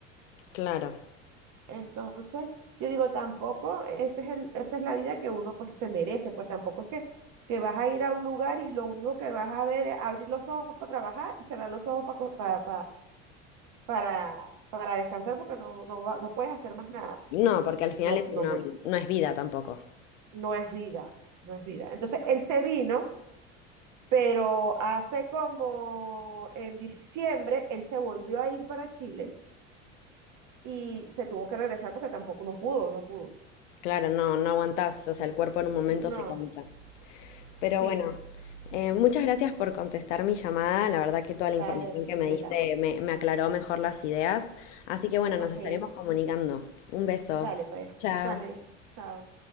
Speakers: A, on the left; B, on the right.
A: claro.
B: Entonces, yo digo, tampoco, ese es el, esa es la vida que uno pues se merece, pues tampoco es que, que vas a ir a un lugar y lo único que vas a ver es abrir los ojos para trabajar y cerrar los ojos para, para, para, para descansar porque no, no, va- no puedes hacer más nada.
A: No, porque al final
B: No,
A: eso
B: no
A: no,
B: me,
A: no es vida tampoco.
B: no es vida, no es vida. Entonces, él se vino pero hace como en diciembre él se volvió a ir para Chile y se tuvo que regresar porque tampoco, no pudo, no pudo.
A: Claro, no, no aguantás, o sea, el cuerpo en un momento
B: No,
A: se cansa. Pero
B: sí,
A: bueno, eh, muchas gracias por contestar mi llamada. La verdad que toda la
B: dale,
A: información que
B: tranquila.
A: me diste me, me aclaró mejor las ideas. Así que bueno,
B: Ok,
A: nos estaremos comunicando. Un beso.
B: dale pues,
A: Chao.
B: dale, chao.